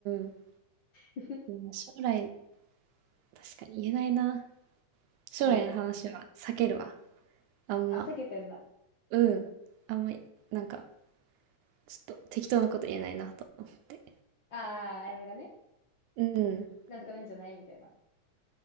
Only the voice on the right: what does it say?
ん。
うん、将来、確かに言えないな。将来の話は避けるわ。
あんま。
うん。あんま、なんか、ちょっと適当なこと言えないなと思って。
うん。